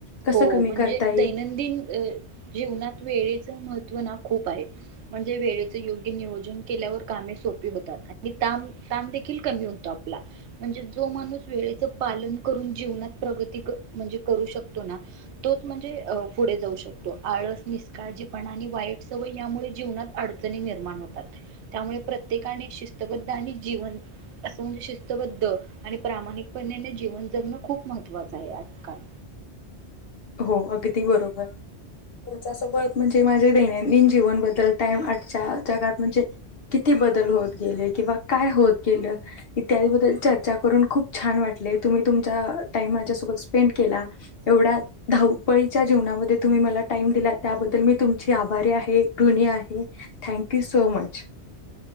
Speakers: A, on the left (about 65°); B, on the right (about 85°).
A: कसं
B: हो
A: कमी
B: म्हणजे
A: करता येईल
B: दैनंदिन अ जीवनात वेळेचं महत्व खूप आहे म्हणजे वेळेच योग्य नियोजन केल्यावर कामे सोपी होतात आणि ताण ताण देखील कमी होतो आपला म्हणजे जो माणूस वेळेच पालन करून जीवनात प्रगती कर म्हणजे करू शकतो.. तोना तोच म्हणजे अ पुढे जाऊ शकतो. आळस, निष्काळजीपणा आणि वाईट सवय यामुळे जीवनात अडचणी निर्माण होतात त्यामुळे प्रत्येकाने शिस्तबद्ध आणि जीवन असं म्हणजे शिस्तबद्ध आणि प्रामाणिकपणेने जीवन जगणं खूप महत्त्वाचं आहे आजकाल.
A: हो अगदी बरोबर तुमच्या सोबत म्हणजे माझे दैनंदिन जीवनबद तल टाइम आजच्या जगात म्हणजे किती बदल होत गेले किंवा काय होत गेले इत्यादी बद्दल चर्चा करून खूप छान वाटले तुम्ही तुमच्या टाईमाझ्यासोबत स्पेंड केला एवढा..... धावपळीच्या जीवनामध्ये तुम्ही मला टाईम दिला त्याबद्दल मी तुमची आभारी आहे ऋणी आहे thank you so much